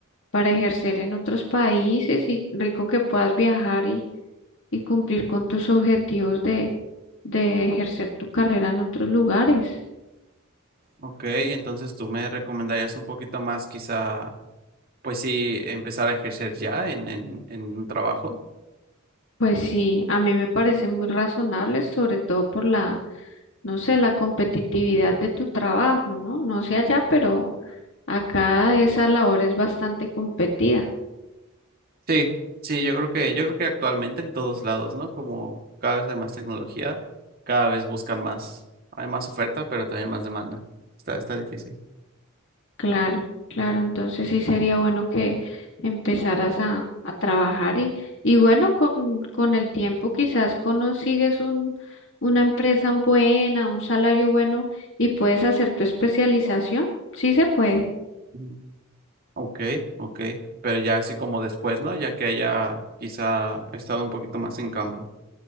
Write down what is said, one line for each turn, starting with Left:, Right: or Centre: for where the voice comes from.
Left: para ejercer en otros países y rico que puedas viajar y, y cumplir con tus objetivos de, de ejercer tu carrera en otros lugares.
Right: Ok, entonces tú me recomendarías un poquito más quizá, pues sí, empezar a ejercer ya en, en, en un trabajo.
Left: Pues sí, a mí me parece muy razonable, sobre todo por la, no sé, la competitividad de tu trabajo, ¿no? No sé allá, pero acá esa labor es bastante competida.
Right: Sí, sí, yo creo que, yo creo que actualmente en todos lados, ¿no? Como cada vez hay más tecnología, cada vez buscan más, hay más oferta, pero también más demanda. Está, está difícil.
Left: Claro, claro,
Right: Ujú.
Left: entonces sí sería bueno que empezaras a, a trabajar y, y bueno, con, con el tiempo quizás consigues un, una empresa buena, un salario bueno y puedes hacer tu especialización. Sí se puede,
Right: Mm. Ok, ok. Pero ya así como después, ¿no? Ya que haya quizá estado un poquito más en campo.